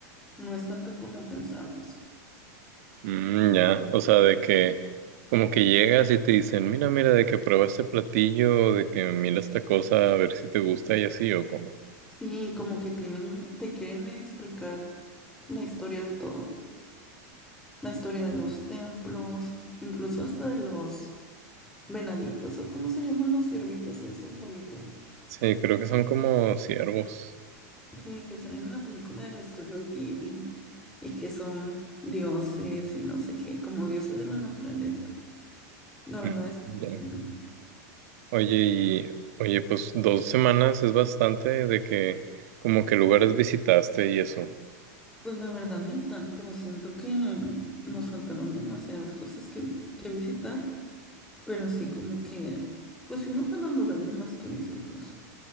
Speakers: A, in the centre; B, on the right (about 60°).
A: No es tanto como pensamos.
B: Mm, ya, o sea, de que como que llegas y te dicen, mira, mira, de que prueba este platillo, de que mira esta cosa, a ver si te gusta y así o cómo.
A: Sí, como que tienen, te quieren explicar la historia de todo, la historia de los templos, incluso hasta de los venaditos o cómo se llaman los ciervitos esos bonitos.
B: Sí, creo que son como ciervos.
A: Sí, que salen en la película del estudio Ghibli y que son dioses y no sé qué, como dioses de la naturaleza. La verdad
B: Mm,
A: está muy
B: Ya.
A: lindo.
B: Oye, y oye, pues dos semanas es bastante de que como que lugares visitaste y eso.
A: Pues la verdad ni tanto, siento que nos faltaron demasiadas cosas que, que visitar, pero sí como que pues fuimos a los lugares más turísticos,